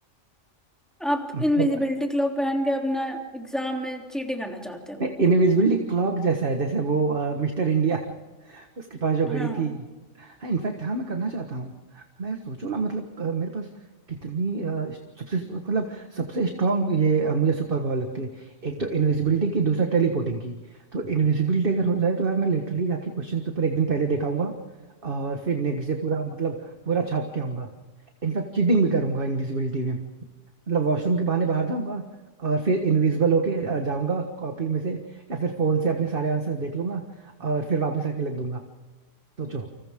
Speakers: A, in the centre; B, on the right (about 45°).
A: आप
B: मतलब
A: इनविजिबिलिटी क्लोथ पहन के अपना एग्जाम में चीटिंग करना चाहते हो
B: इनविजिबिलिटी क्लॉक जैसा है जैसे वो मिस्टर इंडिया उसके पास जो घड़ी
A: हाँ
B: थी हाँ इनफैक्ट हाँ मैं करना चाहता हूँ मैं सोचो ना मतलब अ, मेरे पास कितनी अ, सबसे मतलब सबसे स्ट्रांग ये अ, मुझे सुपर पावर लगती है एक तो इनविजिबिलिटी की दूसरा टेलीपोर्टिंग की तो इनविजिबिलिटी अगर हो जाए तो यार मैं लिटरली जाके क्वेश्चन पेपर एक दिन पहले देखाऊंगा और फिर नेक्स्ट डे पूरा मतलब पूरा छाप के आऊंगा इनफैक्ट चीटिंग भी करूंगा इनविजिबिलिटी में मतलब वॉशरूम के बहाने बाहर जाऊंगा और फिर इनविजिबल होके अ, जाऊंगा कॉपी में से या फिर फोन से अपने सारे आंसर्स देख लूंगा और फिर वापस आके लग दूंगा सोचो